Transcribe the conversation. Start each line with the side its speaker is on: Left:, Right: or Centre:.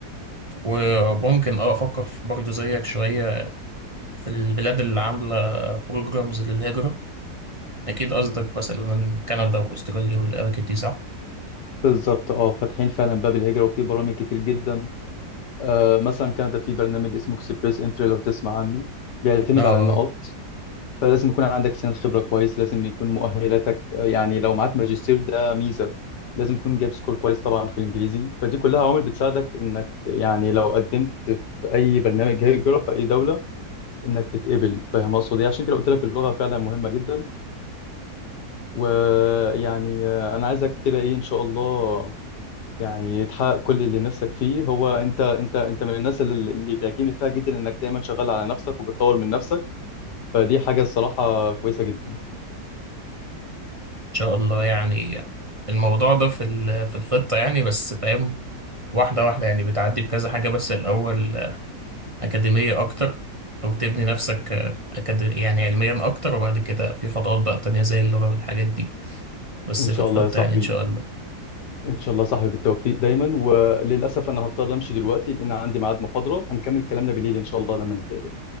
Right: وممكن اه افكر في برضه زيك شويه في البلاد اللي عامله بروجرامز للهجره اكيد قصدك مثلا كندا واستراليا والاماكن دي صح
Left: بالظبط اه فاتحين فعلا باب الهجرة وفي برامج كتير جدا آه مثلا كندا في برنامج اسمه اكسبريس انتري لو تسمع عنه بيعتمد
Right: اه آه،
Left: على النقاط
Right: ان
Left: فلازم يكون عندك سن خبرة كويس لازم يكون مؤهلاتك آه، يعني لو معاك ماجستير ده ميزة لازم تكون جايب سكور كويس طبعا في الانجليزي فدي كلها عوامل بتساعدك انك يعني لو قدمت في اي برنامج هجرة في اي دولة انك تتقبل فاهم اقصد ايه عشان كده قلت لك اللغة فعلا مهمة جدا ويعني آه، انا عايزك كده ايه ان شاء الله يعني تحقق كل اللي نفسك فيه هو انت انت انت من الناس اللي اللي بيعجبني فيها جدا انك دايما شغال على نفسك وبتطور من نفسك فدي حاجة الصراحة كويسة جدا
Right: شاء الله يعني الموضوع ده في ال- في الخطه يعني بس فاهم واحده واحده يعني بتعدي بكذا حاجه بس الاول أكاديمية أكتر أو تبني نفسك آه، أكاد... يعني علميا أكتر وبعد كده في خطوات بقى تانية زي اللغة والحاجات دي بس
Left: ان شاء
Right: في الخطة
Left: الله يا صاحبي
Right: يعني إن شاء الله
Left: ان شاء الله يا صاحبي بالتوفيق دايما وللأسف انا هضطر امشي دلوقتي لان عندي ميعاد محاضرة هنكمل كلامنا بالليل ان شاء الله لما نتقابل